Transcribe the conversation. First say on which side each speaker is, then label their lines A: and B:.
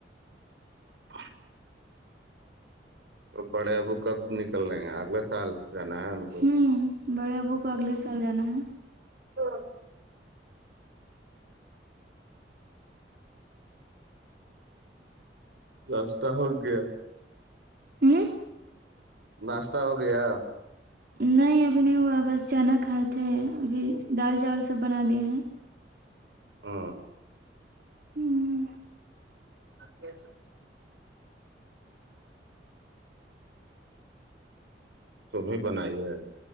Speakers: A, on the right; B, on the right.
A: ہ <inaudible> تو بڑے ابو کب نکل رہے ہیں اگلے سال جانا ہے ان کو
B: ہوں بڑے ابو کو اگلے سال جانا ہے
A: ہاں رستہ ہوگ گیا
B: ہوں
A: ناشتہ ہو گیا
B: نہیں ابھی نہیں ہوا بس اچانک کھائے تھے ابھی دال چاول سب بنا دیے ہیں
A: ہ
B: ہوں
A: آ کیا جو تم بھی بنائی ہے